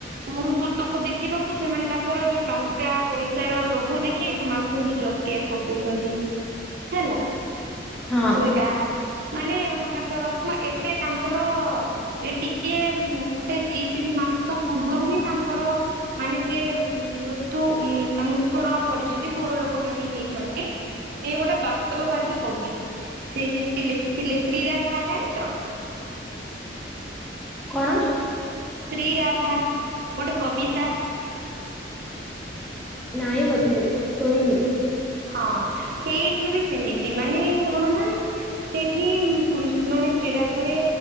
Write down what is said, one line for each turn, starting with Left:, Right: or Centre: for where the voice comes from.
Right: ପୁରୁଷତ୍ଵକୁ ଦେଖେଇବାକୁ ସେମାନେ ତାଙ୍କର ଯୋଉ ଟଙ୍କା ପଇସାର ଲୋଭ ଦେଖେଇ ସେମାନଙ୍କୁ ନିଜ। ତିଆରି କରିଦଉଛନ୍ତି ହେଲା
Centre: ହଁ
Right: ସେଟା। ମାନେ ରମାକାନ୍ତ ରଥ, ଏବେ ତାଙ୍କର ଏ ଟିକେ। ଗୋଟେ ଦି ତିନି ମାସ ପୂର୍ବରୁ ହିଁ ତାଙ୍କର। ମାନେ ସେ ମୃତ୍ୟୁ ବରଣ ମୃତ୍ୟୁବରଣ କରିଛନ୍ତି। ପରଲୋକ ଗାମୀ ହେଇଛନ୍ତି। ସେ ଗୋଟେ ବାସ୍ତବବାଦୀ କବି ସେ ଯେମିତି ଲେଖିଥିଲେ ଶ୍ରୀରାଧା ଜାଣିଛ?
Centre: କଣ?
Right: ଶ୍ରୀ ରାଧା, ଗୋଟେ କବିତା।
Centre: ନାଇଁ ବୋଧେ, ଶୁଣିନି।
Right: ହଁ ସେଇଠି ବି ସେମିତି ମାନେ କଣ ନା। ସେଇଠି ମାନେ ଶ୍ରୀରାଧାରେ